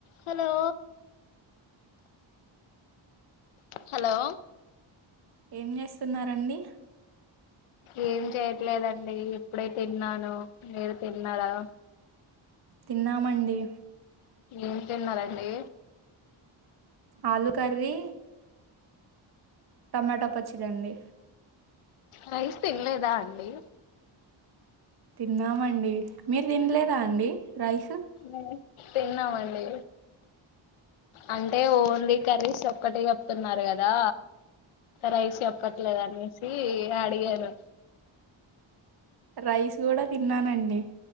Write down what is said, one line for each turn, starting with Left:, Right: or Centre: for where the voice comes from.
Left: Hello hello
Right: ఏం చేస్తున్నారండి
Left: ఏం చెయట్లేదండి ఇప్పుడే తిన్నాను మీరు తిన్నారా
Right: తిన్నామండి
Left: ఏం తిన్నారండి
Right: ఆలు కర్రీ టమాటో పచ్చడండి
Left: రైస్ తినలేదా అండి
Right: తిన్నామండి మీరు తినలేదా అండి రైస్
Left: ఉమ్ తిన్నామండి అంటే ఓన్లీ కర్రీస్ ఒక్కటే చెప్తున్నారు కదా రైస్ చెప్పట్లేదు అనేసి అడిగాను
Right: రైస్ కూడా తిన్నానండి